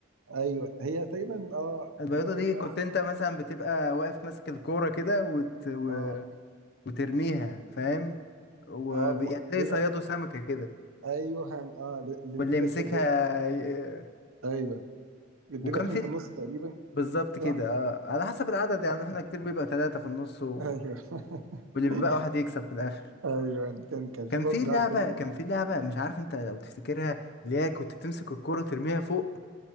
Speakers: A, on the right; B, on the left.
A: ايوه هي تقريبا اه
B: البيوضه
A: اللي هو كان
B: دي
A: بيبقى
B: كنت انت مثلا بتبقى واقف ماسك الكوره كده وت... و-
A: اه
B: وترميها فاهم ويعني
A: اه و- بيبقى
B: زي صيادوا سمكه كده
A: ايوه هن- اه ل- ل-
B: واللي
A: بيبقى
B: يمسكها
A: اتنين-
B: ي-
A: ايوه بيبقى
B: وكان
A: اتنين
B: في
A: في النص تقريبا
B: بالظبط كده
A: صح
B: اه على حسب العدد يعني احنا كتير بيبقى ثلاثه في النص و...
A: ايوه <laughs>
B: واللي بيبقى واحد يكسب في الاخر
A: ايوه كان كان
B: كان
A: في برضه
B: في لعبه
A: لعبة تانية
B: كان في لعبه مش عارف انت لو تفتكرها اللي هي كنت بتمسك الكوره وترميها فوق